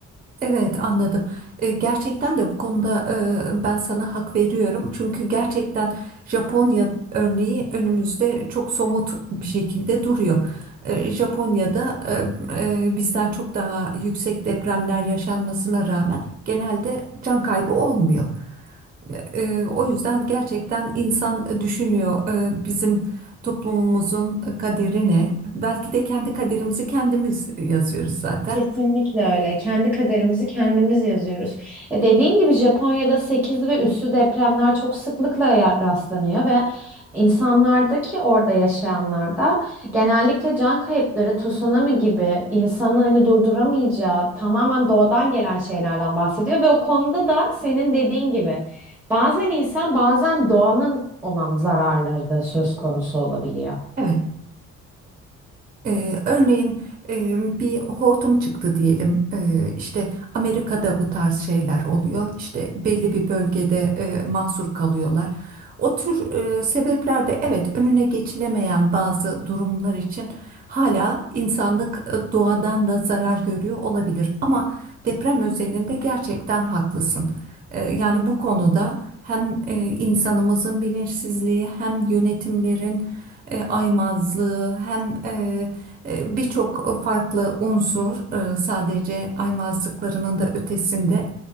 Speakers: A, on the right; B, in the centre.
A: Evet anladım. E, gerçekten de bu konuda e, ben sana hak veriyorum. Çünkü gerçekten Japonya örneği önümüzde çok somut bir şekilde duruyor. E, Japonya'da e, e, bizden çok daha yüksek depremler yaşanmasına rağmen genelde can kaybı olmuyor. E, o yüzden gerçekten insan düşünüyor e, bizim toplumumuzun kaderi ne? Belki de kendi kaderimizi kendimiz yazıyoruz zaten.
B: Kesinlikle öyle. Kendi kaderimizi kendimiz yazıyoruz. E dediğin gibi Japonya'da 8 ve üstü depremler çok sıklıkla ya- rastlanıyor ve insanlardaki orada yaşayanlarda genellikle can kayıpları, tsunami gibi insanın hani durduramayacağı tamamen doğadan gelen şeylerden bahsediyor ve o konuda da senin dediğin gibi Bazen insan, bazen doğanın olan zararları da söz konusu olabiliyor.
A: Evet. Ee, örneğin e, bir hortum çıktı diyelim. Ee, işte Amerika'da bu tarz şeyler oluyor. İşte belli bir bölgede e, mahsur kalıyorlar. O tür e, sebepler de evet önüne geçilemeyen bazı durumlar için hala insanlık e, doğadan da zarar görüyor olabilir. Ama deprem özelinde gerçekten haklısın. Ee, yani bu konuda hem e, insanımızın bilinçsizliği hem yönetimlerin e, aymazlığı hem e, e, birçok farklı unsur e, sadece aymazlıklarının da ötesinde